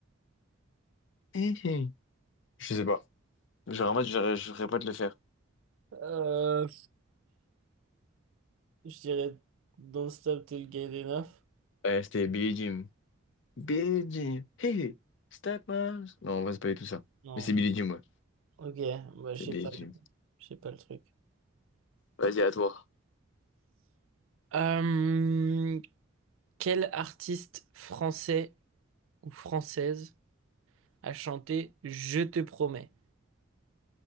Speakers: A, on the left; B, on the right.
A: Hé, hé. Je sais pas. Genre, en mode, je je voudrais pas te le faire.
B: Euh, je dirais Don't Stop Till Get Enough.
A: Ouais, c'était Billie Jean. Billie Jean, hey hey, step up. Non, on va se pas tout ça.
B: Non.
A: Mais c'est Billie Jean, ouais.
B: Ok, bah,
A: C'est
B: je sais
A: Billie
B: pas le,
A: Jean.
B: je sais pas le truc.
A: Vas-y, à toi.
B: Euh, quel artiste français ou française a chanté Je te promets?